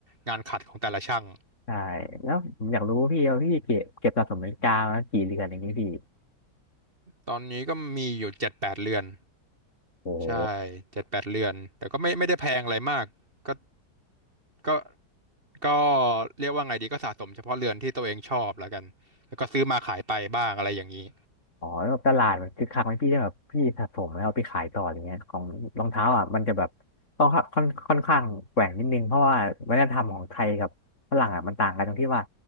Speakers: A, on the right; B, on the left.
A: งานขัดของแต่ละช่าง
B: ใช่แล้วผมอยากรู้พี่ว่าพี่เก็บเก็บสะสมนาฬิกามากี่เรือนอย่างนี้พี่
A: ตอนนี้ก็มีอยู่เจ็ดแปดเรือน
B: โอ้โห
A: ใช่เจ็ดแปดเรือนแต่ก็ไม่ไม่ได้แพงอะไรมากก็ก็ก็เรียกว่าไงดีก็สะสมเฉพาะเรือนที่ตัวเองชอบแล้วกันแล้วก็ซื้อมาขายไปบ้างอะไรอย่างนี้
B: อ๋อแล้วแบบตลาดมันคือคักไหมพี่ได้แบบพี่สะสมแล้วเอาไปขายต่ออะไรเงี้ยของรองเท้าอ่ะมันจะแบบต้องค่อนค่อนข้างแกว่งนิดนึงเพราะว่าวัฒนธรรมของไทยกับฝรั่งอ่ะมันต่างกันตรงที่ว่า